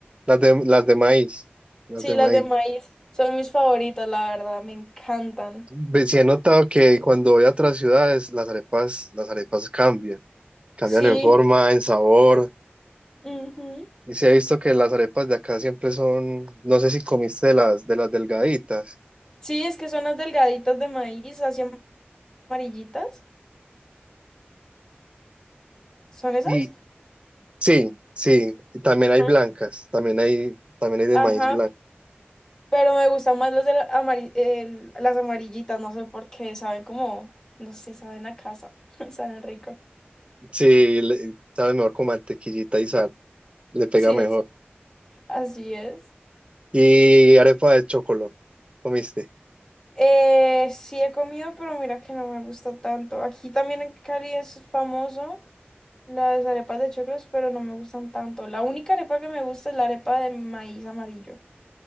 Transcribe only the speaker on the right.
Las de, las de maíz, las
de
maíz.
Ve- Sí he notado que cuando voy a otras ciudades, las arepas, las arepas cambian, cambian
en forma, en sabor.
Y sí he visto que las arepas de acá siempre son, no sé si comiste de las, de las delgaditas.
Y sí, sí, y también hay
blancas, también hay, también hay de
maíz blanco.
Sí, le- sabe mejor con mantequillita y sal, le pega
mejor.
Y arepa de chocolate, ¿comiste?